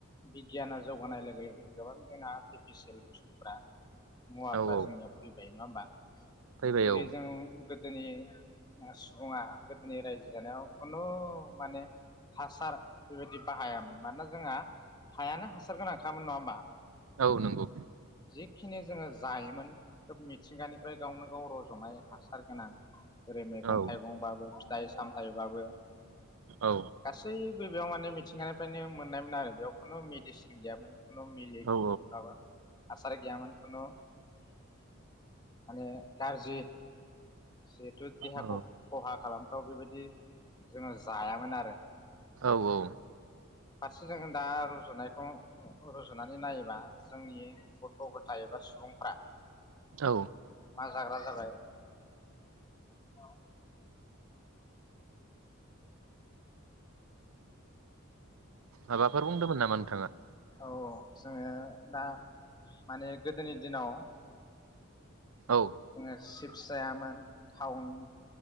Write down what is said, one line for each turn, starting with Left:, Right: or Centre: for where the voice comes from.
Left: बिगियाना जौगानाय लोगो लोगो गोबां जोंना आर्टिफिसियेल बुस्थुफ्रा मुवाफ्रा
Right: औ औ
Left: जोंनियाव फैबाय नङा होमबा जेरै
Right: फैबाय औ
Left: जों गोदोनि सुबुङा गोदोनि रायजो जानायाव कुनु माने हासार बेबायदि बाहायामोन मानोना जोंहा हायानो हासार गोनांखामोन नङा होमबा
Right: औ नंगौ
Left: जिखिनि जोंङो जायोमोन खोब मिथिंगानिफ्राय गावनो गाव रजनाय हास सारगोनां ओेरै मैगं
Right: औ
Left: थाइगंबाबो फिथाइ सामथाइबाबो
Right: औ
Left: गासैबो बेयाव माने मि मिथिंगानिफ्रायनो मोननायमोन आरो बेयाव खुनु मेडिसिन गैयामोन। <unintelligible>
Right: औ
Left: माबा हासार गैयामोन खुनु माने गाज्रि जिहेथु देहाखौ
Right: औ
Left: खहा खालाम थाव बेबायदि जोंङो जायामोन आरो
Right: औ औ
Left: जोंङो दा रुजुनायखौ रुजुनानै नायोबा जोंनि गथ' गथाय एबा सुबुंफ्रा
Right: औ
Left: मा जाग्रा <unintelligible> औ
Right: माबाफोर बुंदोंमोन नामा नोंथाङा?
Left: औ औ जोङो दा माने गोदोनि दिनाव
Right: औ
Left: जोङो सिब फि जायामोन टाउन